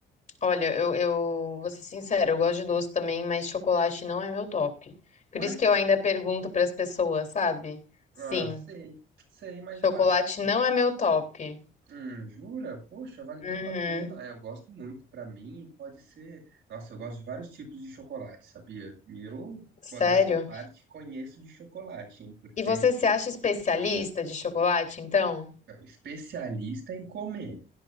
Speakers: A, on the left; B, on the right.
A: Olha, eu, eu vou ser sincera, eu gosto de doce também, mas chocolate não é meu top. Por
B: Ué?
A: isso que eu ainda pergunto pras pessoas, sabe?
B: Ah,
A: Sim,
B: sei, sei, mas
A: chocolate
B: eu acho que
A: não é meu top.
B: Hum, jura? Poxa, vale
A: Uhum.
B: tanto a pena. É, eu gosto muito. Pra mim, pode ser. Nossa, eu gosto de vários tipos de chocolate, sabia? E eu,
A: Sério?
B: modéstia à parte, conheço de chocolate, hein? Porque
A: E você se acha especialista de chocolate, então?
B: é especialista em comer,